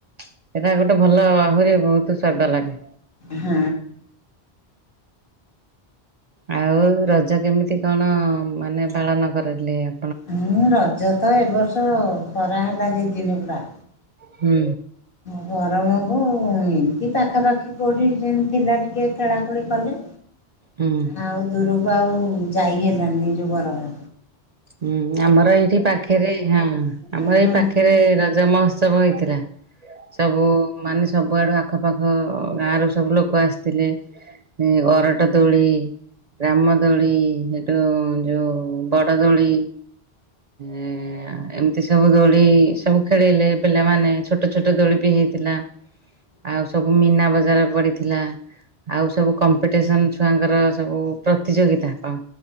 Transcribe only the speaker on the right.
ସେଇଟା ଗୋଟେ ଭଲ ଆହୁରି ବହୁତ ସ୍ଵାଦ ଲାଗେ।
ଆଉ ରଜ କେମିତି କଣ ମାନେ ପାଳନ କରିଲେ ଆ
ହୁଁ।
ହୁଁ।
ହୁଁ, ଆମର ଏଇଠି ପାଖରେ ହଁ
ଆମର
ଏଇ ପାଖରେ ରଜ ମହୋ ତ୍ସବ ହେଇଥିଲା ସବୁ ମାନେ ସବୁଆଡ଼ୁ ଆଖପାଖ ଗାଁରୁ ସବୁ ଲୋକ ଆସିଥିଲେ। ଅରଟ ଦୋଳି, ରାମ ଦୋଳି, ସେଠୁ ଯୋଉ ବ <inaudible> ଦୋଳି। ଏଁ ଆ ଏମତି ସବୁ ଦୋଳି ସବୁ ଖେଳିଲେ ପିଲାମାନେ ଛୋଟ ଛୋଟ ଦୋଳି ବିି ହେଇଥିଲା। ଆଉ ସବୁ ମୀନା ବଜାର ପଡିିଥି ଥିଲା, ଆଉ ସବୁ କମ୍ପିଟିସନ୍ ଛୁଆଙ୍କର ସବୁ ପ୍ରତିଯୋଗିତା ହଁ।